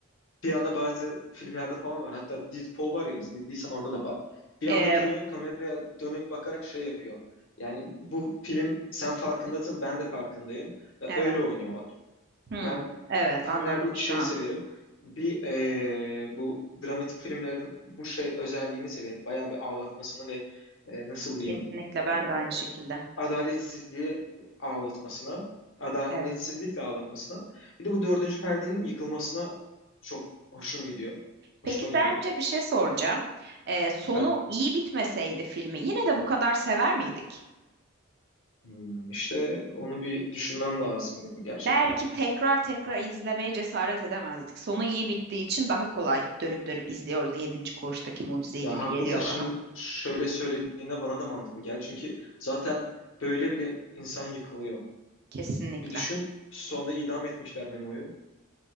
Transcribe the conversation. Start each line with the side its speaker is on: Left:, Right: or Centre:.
Left: Bir anda bazı filmlerde falan var. Hatta Deadpool var ya izlediysen orada da var. Bir
Right: E,
Left: anda duruyor kameraya dönüp bakarak şey yapıyor. Yani bu film sen farkındasın ben de farkındayım. Ve
Right: evet.
Left: Öyle oynuyorlar.
Right: Hmm,
Left: Ben
Right: evet
Left: filmlerde
Right: anladım
Left: iki
Right: şu
Left: şey
Right: an.
Left: severim. Bir eee, bu dramatik filmlerin bu şey özelliğini severim. Bayağı bir ağlatmasını ve eee, nasıl
Right: Kesinlikle
Left: diyeyim
Right: ben
Left: e,
Right: de aynı şekilde.
Left: adaletsizliğe ağlatmasına, adaletsizlikle
Right: Evet.
Left: ağlatmasına. Bir de bu dördüncü perdenin yıkılmasına çok hoşum gidiyor. Hoşuma
Right: Peki
Left: gidiyor
Right: sence bir şey soracağım. Ee, sonu
Left: efendim.
Right: iyi bitmeseydi filmi yine de bu kadar sever miydik?
Left: Hmm, işte onu bir düşünmem lazım benim gerçekten.
Right: Belki tekrar tekrar izlemeye cesaret edemezdik. Sonu iyi bittiği için daha kolay dönüp dönüp izliyoruz. Yedinci Koğuştaki Mucizeyi
Left: Ya
Right: gibi
Left: haklısın
Right: geliyor
Left: şimdi
Right: bana.
Left: şöyle söylediğinde bana da mantıklı gel. Çünkü zaten böyle bile insan yıkılıyor.
Right: Kesinlikle.
Left: Bir düşün sonda idam etmişler Memo'yu.